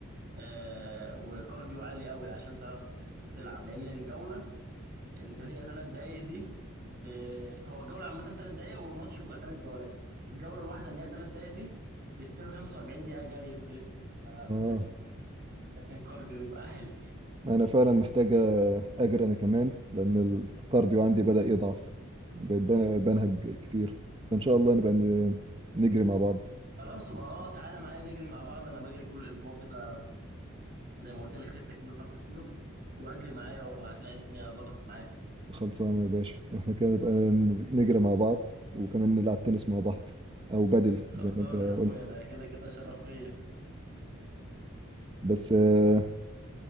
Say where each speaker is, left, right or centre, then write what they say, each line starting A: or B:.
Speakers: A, on the right; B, on the right.
A: آه، وكارديو عالي قوي عشان تعرف ت- تلعب لان الجوله اللي هي ثلاث دقائق دي ب... هو الجوله عامه ثلاث دقائق والماتش بيبقى ثلاث جولات الجوله الواحده اللي هي ثلاث دقائق دي بتساوي 45 دقيقه جري سبرنت فلازم
B: اه
A: لازم كارديو يبقى عالي
B: انا فعلا محتاجه اجري انا كمان لان الكارديو عندي بدأ يضعف بقيت بن- بنهج كتير فان شاء الله نبقى ن- نجري مع بعض
A: خلاص
B: آخر
A: يبقى
B: الأسبوع.
A: اه تعالى معايا نجري مع بعض انا بجري كل اسبوع كده زي ما قلت لك 6 كيلو 5 كيلو واجري معايا وهتلاقي الدنيا ظبطت معايا
B: خلصانه يا باشا احنا كده نبقى ن- نجري مع بعض وكمان نلعب تنس مع بعض او بدل
A: خلصانة
B: زي ما انت قلت
A: يا اخويا ده كده كده شرف ليا
B: بس آه،